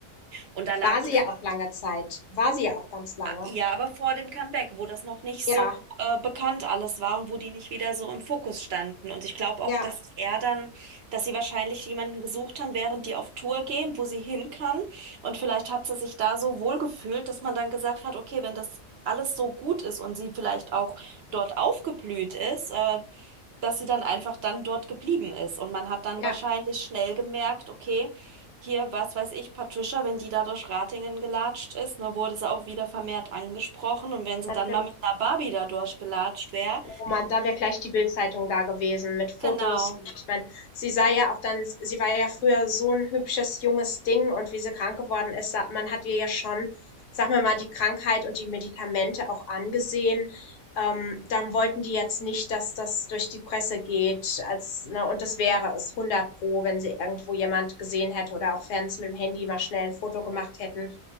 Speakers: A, on the right; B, on the left.
A: Und da lag
B: War sie
A: die
B: ja auch lange Zeit. War sie ja auch ganz lange.
A: Ah, Ja, aber vor dem Comeback, wo das noch nicht
B: Ja,
A: so äh, bekannt alles war und wo die nicht wieder so im Fokus standen. Und ich glaube auch,
B: ja,
A: dass er dann, dass sie wahrscheinlich jemanden gesucht haben, während die auf Tour gehen, wo sie hin kann. Und vielleicht hat sie sich da so wohl gefühlt, dass man dann gesagt hat, okay, wenn das alles so gut ist und sie vielleicht auch dort aufgeblüht ist, äh, dass sie dann einfach dann dort geblieben ist. Und man hat dann
B: ja,
A: wahrscheinlich schnell gemerkt, okay, hier, was weiß ich, Patricia, wenn die da durch Ratingen gelatscht ist, ne, wurde sie auch wieder vermehrt angesprochen. Und wenn sie
B: natürlich.
A: dann mal mit einer Barbie da durchgelatscht wäre,
B: Oh Mann, da wäre gleich die Bildzeitung da gewesen mit Fotos.
A: genau,
B: ich meine, sie sah ja auch dann, sie war ja früher so ein hübsches junges Ding und wie sie krank geworden ist, man hat ihr ja schon, sag mal mal, die Krankheit und die Medikamente auch angesehen. Ähm, dann wollten die jetzt nicht, dass das durch die Presse geht, als, ne, und das wäre es hundert pro, wenn sie irgendwo jemand gesehen hätte oder auch Fans mit dem Handy mal schnell ein Foto gemacht hätten.